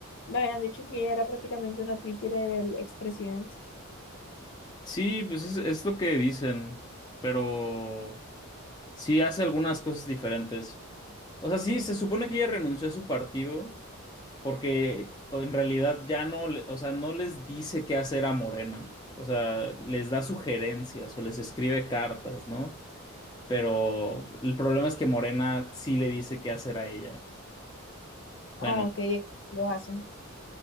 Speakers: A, on the left; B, on the left.
A: me habían dicho que ella era prácticamente una títere del expresidente.
B: Sí, pues es, es lo que dicen, pero... Sí, hace algunas cosas diferentes. O sea, sí, se supone que ella renunció a su partido porque en realidad ya no, le- o sea, no les dice qué hacer a Morena. O sea, les da sugerencias o les escribe cartas, ¿no? Pero el problema es que Morena sí le dice qué hacer a ella. Bueno.
A: Ah, ok, lo hacen.